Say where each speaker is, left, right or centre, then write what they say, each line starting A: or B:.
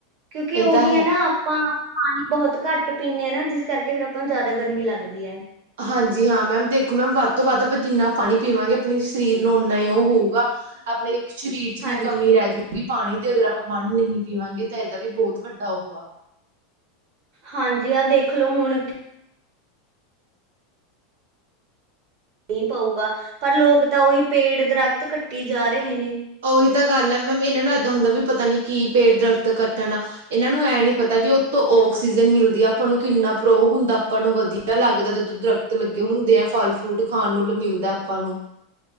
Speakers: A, on the right; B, on the right.
A: ਕਿਉਂਕਿ
B: ਇਹ
A: ਓਹੀ
B: ਤਾਂ
A: ਹੈ ਨਾ ਆਪਾਂ ਪਾਨੀ ਬੋਹਤ ਘਾੱਟ ਪੀਨੇ ਆਂ ਨਾ, ਜਿਸ ਕਾਰਕੇ ਫੇਰ ਆਪਾਂ ਨੂੰ ਜਾਦਾ ਗਰਮੀ ਲਗਦੀ ਐ।
B: ਹਾਂਜੀ, ਹਾਂ ਮੈਮ ਦੇਖੋ, ਮੈਮ ਵਾੱਧ ਤੋ ਵਾੱਧ ਅਪਾਂ ਜਿੰਨਾ ਪਾਣੀ ਪੀਵਾਂਗੇ, ਅਪਨੇ ਸ਼ਰੀਰ ਨੂੰ ਉਨਾ ਹੀ ਓ ਹੋਊਗਾ। ਅਪਣੇ ਸ਼ਰੀਰ ਚ
A: ਹਾਂਜੀ,
B: ਨੀ ਕਮੀ ਰੈਜੂ। ਕਿਉਕਿ ਪਾਣੀ ਦੇ ਅਗਰ ਆਪਾਂ ਪਾਨੀ ਨਹੀਂ ਪੀਵਾਂਗੇ ਤੇ ਐਦਾ ਵੀ ਬੋਤ ਵੱਡਾ ਉਹ ਆ।
A: ਹਾਂਜੀ, ਆ ਦੇਖ ਲੋ ਹੂਣ ਨੀ ਪਊਗਾ, ਪਰ ਲੋਗ ਤਾ ਓਹੀ ਪੇੜ, ਦਰਖਤ ਕੱਟੀ ਜਾ ਰਹੇ ਨੇ।
B: ਓਹੀ ਤਾਂ ਗਾਲ ਐ, ਮੈਮ ਇਨਾਂ ਨੂੰ ਏਦਾਂ ਹੁੰਦਾ ਬੀ ਪਤਾ ਨੀ ਕੀ ਪੇੜ, ਦਰਖ਼ਤ ਕੱਟਣਾ ਏਨਾਂ ਨੂੰ ਐ ਨੀ ਪਤਾ ਵੀ ਉਤੋਂ ਆਕਸੀਜਨ ਮਿਲਦੀ ਆਪਾਂ ਨੂੰ ਕਿੰਨਾ ਪ੍ਰੋ ਹੁੰਦਾ ਆਪਾਂ ਨੂੰ ਵਦੀਆ। ਦਆ ਲਾਗਦਾ ਜਦੋਂ ਦਰੱਖਤ ਲੱਗੇ ਹੁੰਦੇ ਐਂ, ਫਲ ਫਰੂਟ ਖਾਨ ਨੂੰ ਲ ਮਿਲਦੈ ਅਪਾਂ ਨੂੰ।